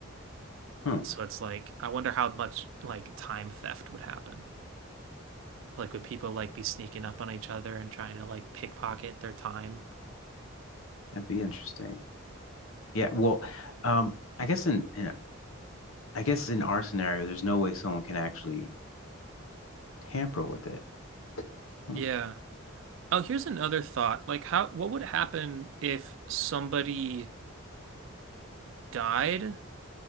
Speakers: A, on the left (about 80°); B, on the right (about 65°).
A: huh.
B: So it's like I wonder how much like time theft would happen. Like would people like be sneaking up on each other and trying to like pickpocket their time?
A: That'd be interesting. Yeah, well, um, I guess in, in I guess in our scenario, there's no way someone can actually tamper with it.
B: Yeah.
A: Hmm.
B: Oh, here's another thought. Like how what would happen if somebody died